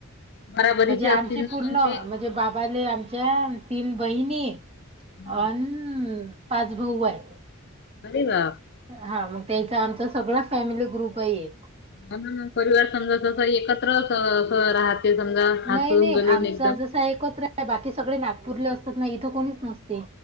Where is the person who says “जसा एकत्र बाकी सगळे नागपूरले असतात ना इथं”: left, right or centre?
Right